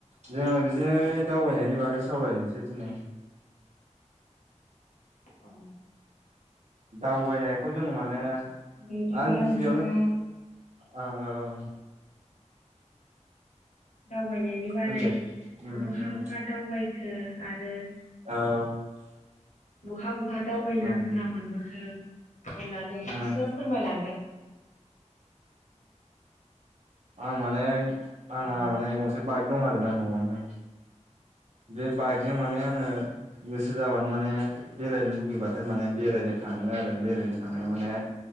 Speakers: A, on the right (about 65°); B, on the left (about 80°).
A: जोङो बिदिनो दावबायनायनि बागै सावरायनोसै दिनै।
B: औ
A: दावबायनायखौ जों माने
B: बिदिब्ला
A: आं गिबियावनो
B: नोंथाङा
A: औ औ।
B: दावबायनायनि बारै
A: होन दे उम
B: बहा
A: उम
B: बहा दावबायखो आरो
A: औ
B: बहा बहा दावबायना
A: उम
B: मोजां मोनबोखो अननानै
A: उम
B: एसे फोरमायलांदो
A: आं माने आंना
B: औ
A: माने गंसे बाइक दं आरोना न'आवनो बे बाइकजों माने आङो गोसो जाबानो माने बेरायनो लुुबैबाथाय माने बेरायनो थाङो आरो बेरायनो थांनायाव माने